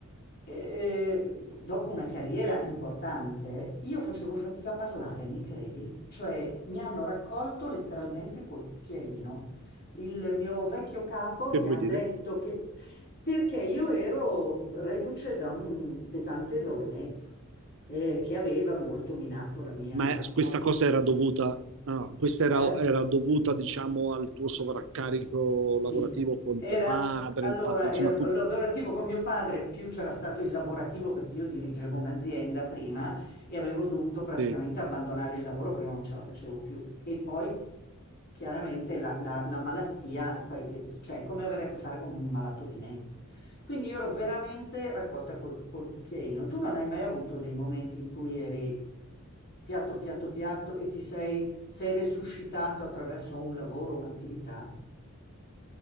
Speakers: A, on the left; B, on the right.
A: eh, dopo una carriera importante, io facevo fatica a parlare, mi credi? Cioè, mi hanno raccolto letteralmente col cucchiaino. Il mio vecchio capo
B: Che
A: mi
B: vuoi
A: ha
B: dire?
A: detto che perché io ero reduce da un pesante esaurimento eh, che aveva molto minato la mia
B: ma questa
A: autostima.
B: cosa era dovuta, ah, questa era,
A: Era-
B: era dovuta, diciamo, al tuo sovraccarico
A: Sì,
B: lavorativo con
A: era
B: tuo padre,
A: allora
B: il fatto, insomma,
A: er-
B: tu...
A: lavorativo con mio padre, più c'era stato il lavorativo perché io dirigevo un'azienda prima e avevo dovuto praticamente
B: sì.
A: abbandonare il lavoro perché non ce la facevo più. E poi chiaramente la, la- la malattia, poi, eh, cioè è come avere a che fare con un malato di mente. Quindi io ero veramente raccolta col, col cucchiaino. Tu non hai mai avuto dei momenti in cui eri piatto, piatto, piatto e ti sei sei resuscitato attraverso un lavoro, un'attività?